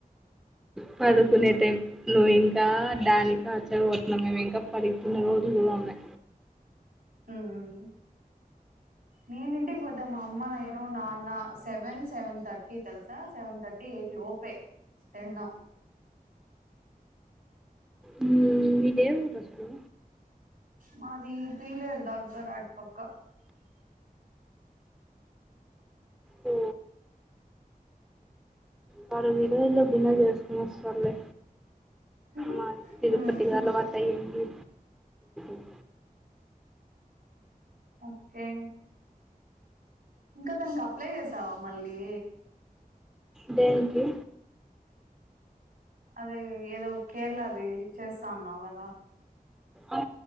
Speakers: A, in the centre; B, on the right (about 70°).
A: పడుకునే టైం నువ్వు ఇంకా దాన్నె చదువుతున్నావు ఇంకా పడుకునేది ఎప్పుడు అని
B: ఊ ఊ ఊ నేను ఇంటికి పోతే మా అమ్మ నేను నాన్న సెవెన్ సెవెన్ థర్టీ తెలుసా సెవెన్ థర్టీ ఎయిట్ లోపే తినడం
A: ఉమ్ మీదేం <inaudible> లు
B: మాది పీలేరు దగ్గర అటు పక్క
A: ఊ వాళు <inaudible> బిన్నా చేసుకోని వస్తారు లే
B: హ్మ్
A: మాది తిరుపతి అలవాటయ్యింది <inaudible>
B: ఓకే ఇంకా దానికి అప్లై చేసావా మళ్ళీ
A: దేనికి
B: అదే ఏదో కేరళ ది చేస్తా ఉన్నావు కదా
A: అ